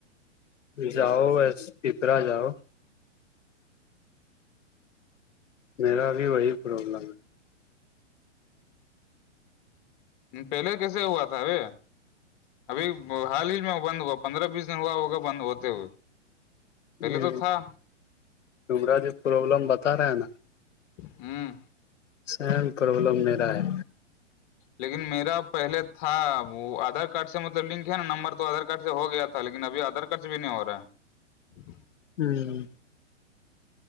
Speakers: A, on the left; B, on the left.
A: جاؤ ایس پپرا جاؤ میرا بھی وہی پرابلم ہے
B: پہلے کیسے ہوا تھا ار ابھی حال ہی میں بند ہوا پندرہ بیس دن ہوا ہوگا بند ہوتے ہوئے پہلے
A: ہ
B: تو تھا
A: شرہ جو پروابلم بتا رہا ہے نا
B: ہوں
A: سیم پرابلم نہیں رہا ہے
B: لیکن میرا پہلے ہاں وہ آدھار کارڈ سے مطلب لنک ہے نا نمبر تو آدھار کارڈ سے ہو گیا تھا لیکن ابھی آدھار کارڈ سے بھی نہیں ہو رہا ہے جی
A: ہوں